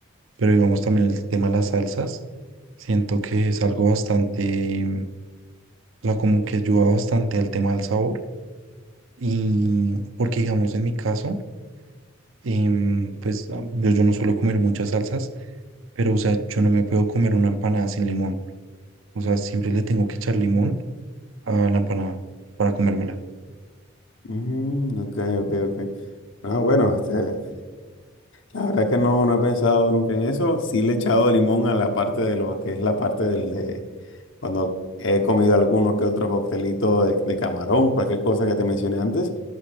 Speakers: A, on the right; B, on the left.
A: Pero digamos también el tema de las salsas, siento que es algo bastante, mm, o sea, como que ayuda bastante al tema del sabor. Y porque digamos en mi caso, em, pues ah, yo, yo no suelo comer muchas salsas, pero o sea, yo no me puedo comer una empanada sin limón. O sea, siempre le tengo que echar limón a la empanada para comérmela.
B: Mm, ok, ok, ok. Ah, bueno, este, <laughs> la verdad es que no, no he pensado nunca en eso. Sí le he echado limón a la parte de lo que es la parte del, de- cuando he comido algunos que otros coctelitos de, de camarón, cualquier cosa que te mencioné antes,